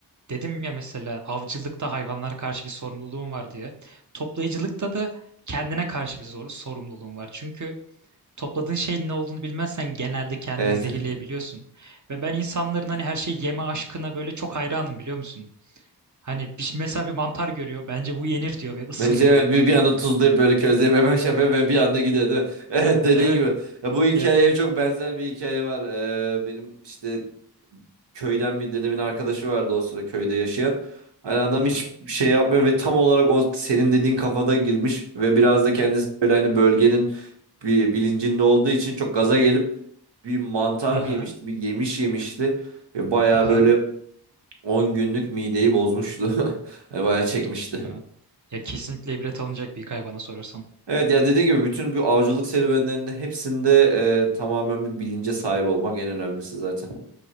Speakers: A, on the right; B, on the right.
A: dedim ya mesela avcılıkta hayvanlara karşı bir sorumluluğum var diye. Toplayıcılıkta da kendine karşı bir zor sorumluluğum var. Çünkü topladığın şeyin ne olduğunu bilmezsen genelde kendini
B: Evet.
A: zehirleyebiliyorsun.
B: <laughs>
A: Ve ben insanların hani her şeyi yeme aşkına böyle çok hayranım biliyor musun? Hani bir, mesela bir mantar görüyor bence bu yenir diyor ve ısırıyor.
B: Bence evet bir,
A: Bu,
B: bir anda tuzlayıp böyle közleyip hemen şey yapıyor ve bir anda gidiyor değil mi? <laughs> Evet dediğin
A: evet
B: gibi. Ya bu hikayeye
A: ya.
B: çok benzer bir hikaye var. Ee, benim işte köyden bir dedemin arkadaşı vardı o sıra köyde yaşayan. Hani adam
A: Aha.
B: hiç şey yapmıyor ve tam olarak o senin dediğin kafada girmiş ve biraz da kendisi böyle hani bölgenin bir bilincinde olduğu için çok gaza gelip bir mantar
A: Aha.
B: mı yemişti, bir yemiş yemişti ve bayağı
A: Aha.
B: böyle 10 günlük mideyi bozmuştu. <laughs> Yani Bayağı çekmişti.
A: Dostum ya. Ya kesinlikle ibret alınacak bir hikaye bana sorarsan.
B: Evet ya dediğin gibi bütün bu avcılık serüvenlerinde hepsinde e, tamamen bir bilince sahip olmak en önemlisi zaten.